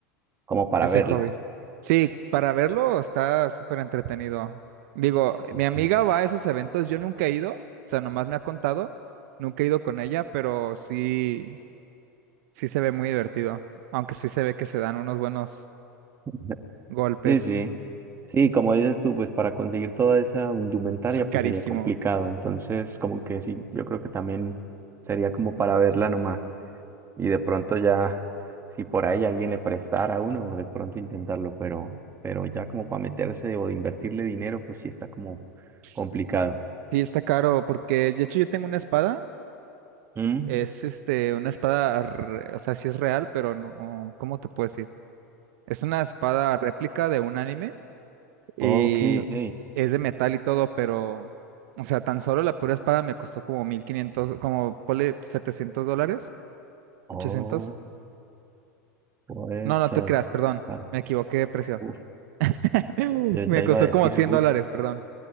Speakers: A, on the right (about 25°); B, on the right (about 60°).
A: como para
B: ese
A: verlo.
B: hobby. Sí, para verlo está súper entretenido. Digo,
A: <laughs>
B: mi amiga va a esos eventos, yo nunca he ido, o sea, nomás me ha contado, nunca he ido con ella, pero sí, sí se ve muy divertido, aunque sí se ve que se dan unos buenos
A: Ujú.
B: golpes,
A: Sí, sí. Sí, como dices tú, pues para conseguir toda esa indumentaria,
B: es carísimo.
A: pues sería complicado. Entonces, como que sí, yo creo que también sería como para verla nomás. Y de pronto ya, si por ahí alguien le prestara a uno, de pronto intentarlo, pero, pero ya como para meterse o de invertirle dinero, pues sí está como
B: Sí,
A: complicado.
B: está caro, porque de hecho yo tengo una espada,
A: Mm,
B: es este, una espada, re- o sea, sí es real, pero no, ¿cómo te puedo decir? Es una espada réplica de un anime y
A: Ok, ok.
B: es de metal y todo, pero, o sea, tan solo la pura espada me costó como 1500 como ponle 700 dólares,
A: Oh,
B: ochocientos
A: puecha,
B: No, no te creas,
A: es súper
B: perdón,
A: caro.
B: me equivoqué de precio.
A: <laughs> Uf,
B: <laughs>
A: yo
B: Me
A: ya
B: costó
A: iba a decir,
B: como 100
A: uf,
B: dólares, perdón.